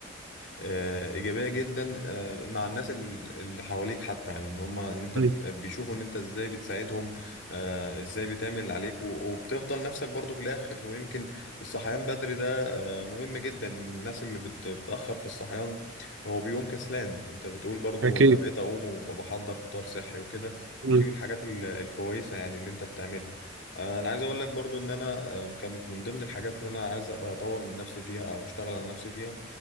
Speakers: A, on the left (about 65°); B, on the right (about 75°).
A: آه، ايجابيه جدا آه، مع الناس ال- اللي حواليك حتى يعني ان هم ان انت
B: مم،
A: بت- بيشوفوا ان انت ازاي بتساعدهم آه، ازاي بتعمل اللي عليك و- وبتفضل نفسك برضو في الاخر ويمكن الصحيان بدري ده آه، مهم جدا إن الناس اللي بت- بتاخر في الصحيان هو بيقوم كسلان انت بتقول برضو
B: أكيد
A: انا بقيت اقوم وبحضر فطار صحي وكده
B: مم،
A: ودي من الحاجات ال- الكويسه يعني اللي انت بتعملها آه، انا عايز اقول لك برضو ان انا آه، كانت من ضمن الحاجات اللي انا عايز اطور من نفسي فيها او اشتغل على نفسي فيها